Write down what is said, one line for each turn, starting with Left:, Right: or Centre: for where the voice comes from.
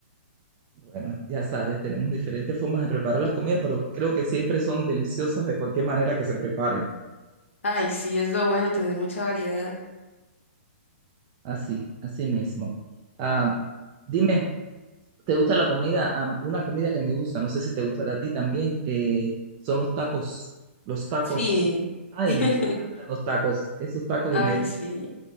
Right: Bueno, ya sabes, tenemos diferentes formas de preparar las comidas, pero creo que siempre son deliciosas de cualquier manera que se preparen.
Left: Ay, sí, es lo bueno tener mucha variedad.
Right: Así, así mismo. Ah, dime, ¿te gusta la comida? Ah, una comida que me gusta, no sé si te gustará a ti también, eh, son los tacos. Los tacos.
Left: Sí.
Right: Ay,
Left: <laughs>
Right: me encantan los tacos. Esos tacos
Left: Ay,
Right: y me,
Left: sí.